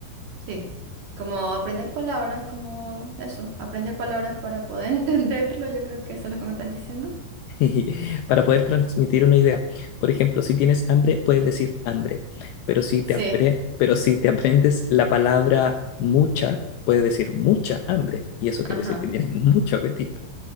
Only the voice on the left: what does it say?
<laughs> para poder transmitir una idea. Por ejemplo, si tienes hambre, puedes decir hambre, pero si te,
apre- pero si te aprendes la palabra mucha, puedes decir mucha hambre, y eso quiere
decir que tienes mucho apetito.